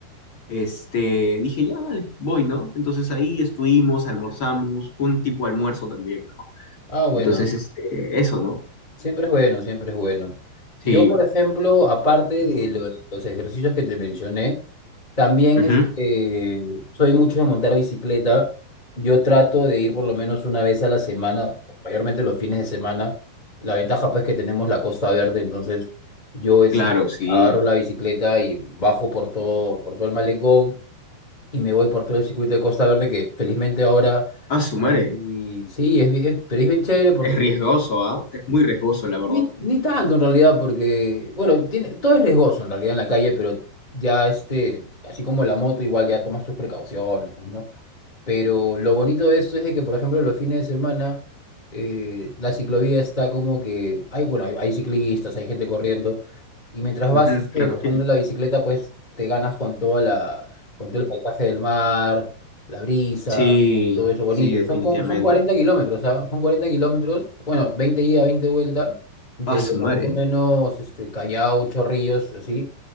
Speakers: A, on the left; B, on the left.
A: este, dije, ya, dale, voy, ¿no? Entonces ahí estuvimos, almorzamos, fue un tipo de almuerzo también, ¿no?
B: Ah, bueno,
A: Entonces, este, eso, ¿no?
B: siempre es bueno, siempre es bueno.
A: Sí,
B: Yo, por ejemplo, aparte de lo- los ejercicios que te mencioné, También
A: ujú,
B: este, soy mucho de montar bicicleta. Yo trato de ir por lo menos una vez a la semana, mayormente los fines de semana. La ventaja pues que tenemos la Costa Verde, entonces yo este,
A: Claro, sí.
B: agarro la bicicleta y bajo por todo, por todo el malecón y me voy por todo el circuito de Costa Verde que felizmente ahora
A: Ah, su madre,
B: ahí sí, es, bien- pero es bien chévere porque
A: es riesgoso, ¿ah? Es muy riesgoso, la verdad.
B: ni, ni tanto en realidad, porque, bueno, tiene, todo es riesgoso en realidad en la calle, pero ya este, así como la moto, igual ya tomas tus precauciones, pues, ¿no? Pero lo bonito de esto es de que, por ejemplo, los fines de semana eh, la ciclovía está como que hay, bueno, hay, hay ciclistas, hay gente corriendo y mientras vas
A: Ujú,
B: este,
A: claro.
B: montando la bicicleta, pues te ganas con toda la, con todo el paisaje del mar, la brisa,
A: Sí,
B: todo eso bonito.
A: sí, definitivamente.
B: Son, co- son 40 kilómetros, ¿ah? Son 40 kilómetros, bueno, 20 ida, 20 vuelta, desde
A: Ah, su
B: más
A: madre.
B: o menos este, Callao, Chorrillos, así.